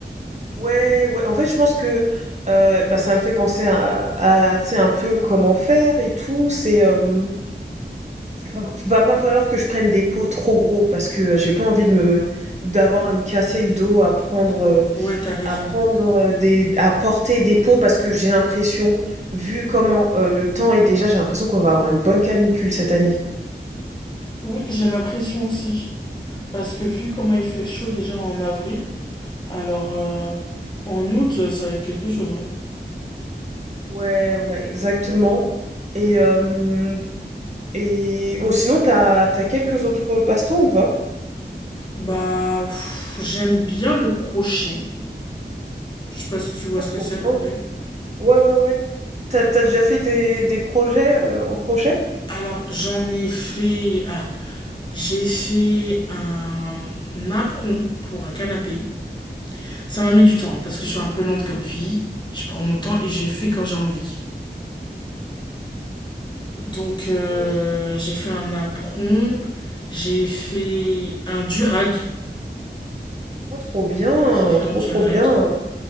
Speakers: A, on the right (about 40°); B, on the left (about 25°).
A: Ouais, ouais. En fait, je pense que euh, bah, ça me fait penser à, à, tu sais, un peu comment faire et tout. C'est euh, Va va pas falloir que je prenne des pots trop gros parce que euh, j'ai pas envie de me d'avoir à me casser le dos à prendre euh,
B: Ouais, t'as raison.
A: à prendre euh, des à porter des pots parce que j'ai l'impression vu comment euh, le temps est déjà j'ai l'impression qu'on va avoir une bonne canicule cette année.
B: Oui, j'ai l'impression aussi. Parce que vu comment il fait chaud déjà en avril, alors euh, en août, ça va être quelque chose. hein.
A: Ouais, ouais, exactement. Et euh, et oh sinon t'as t'as quelques autres passe-temps ou pas?
B: Bah, pff, j'aime bien le crochet. Je sais pas si tu vois
A: Pas
B: ce
A: trop
B: que c'est
A: bien.
B: à peu près.
A: Ouais, ouais, ouais. T'as, t'as déjà fait des, des projets euh, en crochet?
B: Alors, j'en ai fait. Alors, j'ai fait un apron pour un canapé. Ça m'a mis du temps hein, parce que je suis un peu lente comme fille. Je prends mon temps et j'ai fait quand j'ai envie. Donc, euh,
A: Ok,
B: j'ai fait un apron, j'ai fait un durag.
A: oh, trop bien,
B: J'ai fait un
A: trop
B: durag.
A: trop bien.